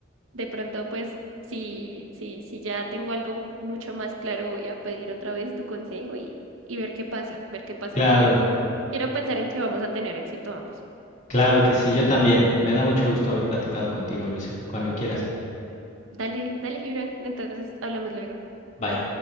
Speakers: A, on the right; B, on the left.
A: De pronto, pues, si, si, si ya tengo algo mucho más claro, voy a pedir otra vez tu consejo y, y ver qué pasa, ver qué pasa.
B: Claro,
A: Quiero, quiero pensar en que vamos a tener éxito ambos.
B: claro que sí, yo también. Me da mucho gusto haber platicado contigo, Luisa. Cuando quieras.
A: Dale, dale, Gibran. Entonces, hablamos luego.
B: Bye.